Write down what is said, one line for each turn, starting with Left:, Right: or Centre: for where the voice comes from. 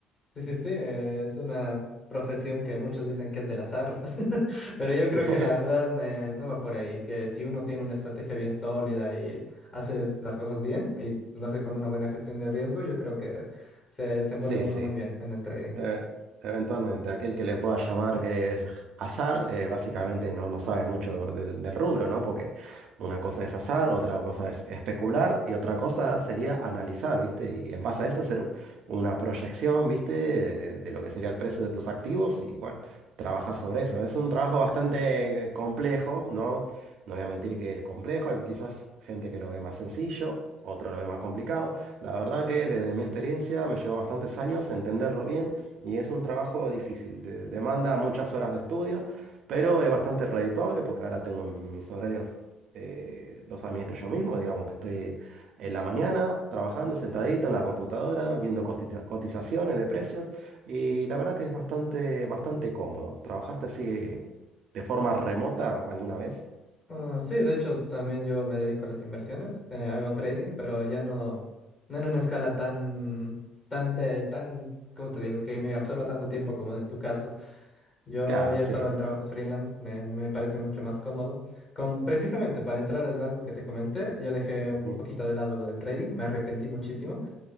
Left: Sí, sí, sí, eh, es una profesión que muchos dicen que es del azar, <laughs> pero yo creo
Right: <laughs>
Left: que la verdad eh, no va por ahí, que si uno tiene una estrategia bien sólida y hace las cosas bien y lo hace con una buena gestión de riesgo, yo creo que se desenvuelve
Right: Sí,
Left: uno
Right: sí.
Left: muy bien en el trading.
Right: Eh, eventualmente, aquel que le pueda llamar que es azar, eh, básicamente no, no sabe mucho del, del rubro, ¿no? Porque una cosa es azar, otra cosa es especular y otra cosa sería analizar, ¿viste? Y en base a eso hacer una proyección, ¿viste? De, de lo que sería el precio de tus activos y bueno, trabajar sobre eso. Es un trabajo bastante complejo, ¿no? No voy a mentir que es complejo, hay quizás gente que lo ve más sencillo, otro lo ve más complicado. La verdad que desde mi experiencia me llevó bastantes años entenderlo bien y es un trabajo difícil, de- demanda muchas horas de estudio, pero es bastante redituable porque ahora tengo mis horarios, eh, los administro yo mismo, digamos que estoy en la mañana trabajando sentadito en la computadora, viendo costiza- cotizaciones de precios y la verdad que es bastante, bastante cómodo. ¿Trabajaste así de forma remota alguna vez?
Left: Ah, sí, de hecho también yo me dedico a las inversiones, eh, hago trading, pero ya no, no en una escala tan, tan, te- tan, ¿cómo te digo? Que me absorba tanto tiempo como en tu caso. Yo
Right: Claro,
Left: ya
Right: sí.
Left: estaba en trabajos freelance, me, me parece mucho más cómodo. Con, precisamente para entrar al banco que te comenté, yo dejé
Right: Ujú.
Left: un poquito de lado lo del trading, me arrepentí muchísimo,